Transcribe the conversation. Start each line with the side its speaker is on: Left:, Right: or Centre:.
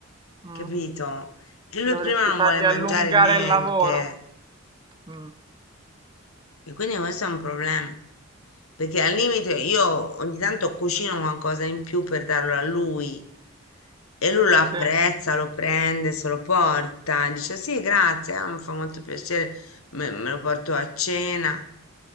Right: Mm,
Left: capito? E lui
Right: dovresti
Left: prima non
Right: fargli
Left: vuole mangiare
Right: allungare
Left: niente.
Right: il lavoro. Mm,
Left: E quindi questo è un problema, perché al limite io ogni tanto cucino qualcosa in più per darlo a lui e lui lo apprezza,
Right: sì.
Left: lo prende, se lo porta, dice sì, grazie, eh, mi fa molto piacere, me, me lo porto a cena,